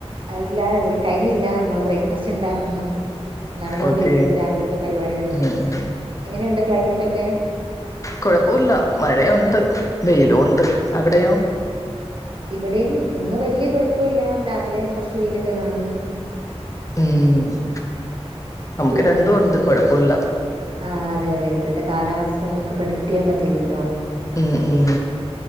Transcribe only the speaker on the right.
ഇല്ല ഇവിടെ കഴിഞ്ഞില്ല ഞങ്ങൾ ബ്രേക്ക്ഫാസ്റ്റ് ഉണ്ടാക്കുന്നു. നടന്നോണ്ടിരിക്കുന്നു
രാവിലത്തെ പരിപാടികളൊക്കെ
എങ്ങനെയുണ്ട. ക്ലൈമറ്റ് ഒക്കെ?
ഇവിടെയും ഇന്ന് വലിയ കുഴപ്പമില്ല രാവിലെ കുറച്ചു വെയിലൊക്കെ കാണുന്നു
പിന്നെ
ആ അതെ അതെ ഇപ്പോഴത്തെ കാലാവസ്ഥ നമുക്ക് പ്രഡിക്ട് ചെയ്യാൻ പറ്റില്ലല്ലോ?